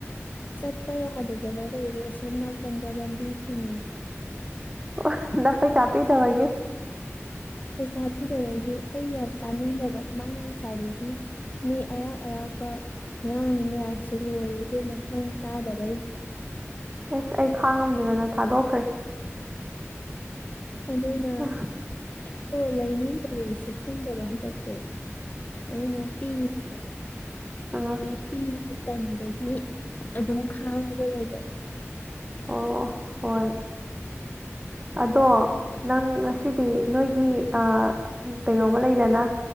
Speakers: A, on the left; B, on the right.
A: ꯆꯠꯄ ꯌꯥꯗꯗꯅ ꯂꯩꯔꯦ ꯑꯁꯣꯝ ꯅꯥꯀꯟꯗ ꯂꯝꯕꯤ ꯊꯤꯡꯉꯦ
B: ꯑꯣ ꯅꯪ ꯄꯩꯁꯥ ꯄꯤꯗꯕꯒꯤ
A: ꯄꯩꯁꯥ ꯄꯤꯗꯕꯩꯗꯤ ꯑꯩ ꯌꯥꯝ ꯇꯥꯅꯤꯡꯗꯕ ꯃꯥꯅ ꯉꯁꯥꯏꯗꯒꯤ ꯃꯤ ꯑꯔꯥꯛ ꯑꯔꯥꯛꯄ ꯉꯥꯡꯉꯤ ꯃꯌꯥꯝꯁꯦ ꯂꯣꯏꯔꯦ ꯑꯗꯦꯝꯃꯥ ꯅꯪ ꯇꯥꯗꯕꯩ
B: ꯑꯦꯁ ꯑꯩ ꯈꯥꯡꯉꯝꯗꯗꯅ ꯊꯥꯗꯣꯛꯈ꯭ꯔꯦ
A: ꯑꯗꯨꯅ
B: ꯑꯥ
A: ꯑꯩꯗꯣ ꯂꯥꯏꯅꯤ ꯂꯩꯔꯨꯔꯣꯏꯁꯨ ꯈꯪꯗꯕ ꯍꯟꯗꯛꯁꯦ ꯑꯗꯨ ꯄꯤꯕ
B: ꯑꯥ
A: ꯄꯤ ꯄꯤꯕ ꯇꯟꯕꯒꯤ ꯑꯗꯨꯝ ꯈꯥꯡꯉꯒ ꯂꯩꯕ <unintelligible>
B: ꯑꯣ ꯍꯣꯏ ꯑꯗꯣ ꯅꯪ ꯉꯁꯤꯗꯤ ꯅꯣꯏꯒꯤ ꯑꯥ ꯀꯩꯅꯣꯝꯃ ꯂꯩꯗꯅ